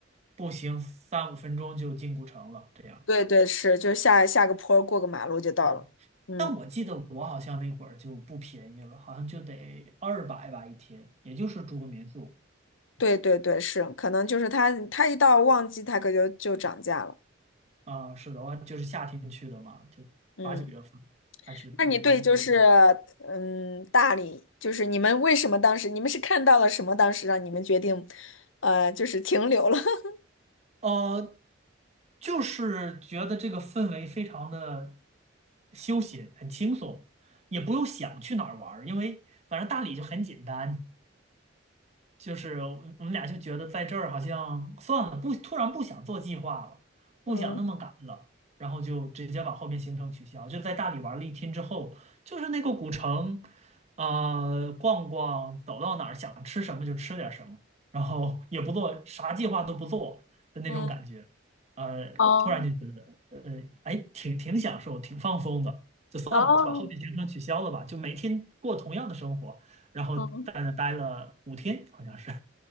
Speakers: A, on the right (about 35°); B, on the left (about 75°).
A: 步行三五分钟就进古城了。这样
B: 对对是，就下下个坡儿过个马路就到了。
A: 啊，
B: 嗯，
A: 但我记得我好像那会儿就不便宜了，好像就得二百吧一天，也就是住个民宿
B: 对对对是，可能就是他他一到旺季，他可就就涨价了。
A: 啊。是的，我就是夏天去的嘛，就八九月份，
B: 嗯，
A: 还是人人蛮多。
B: 那你对就是嗯大理，就是你们为什么当时你们是看到了什么，当时让你们决定呃就是停留了？<laughs>
A: 呃，就是觉得这个氛围非常的休闲，很轻松，也不用想去哪儿玩儿因为反正大理就很简单。就是我我们俩就觉得在这儿好像算了，不，突然不想做计划了，不想那么赶了，
B: 嗯
A: 然后就直接把后面行程取消。就在大理玩了一天之后，就是那个古城，呃，逛逛，走到哪儿想吃什么就吃点儿什么，然后也不做啥计划都不做的那种感觉，
B: 嗯
A: 呃，
B: 哦
A: 突然就觉得，呃，哎，挺挺享受，挺放松的，就算了，
B: 哦，
A: 就把后面行程取消了吧，就每天过同样的生活。然后在那待了五天，
B: 嗯
A: 好像是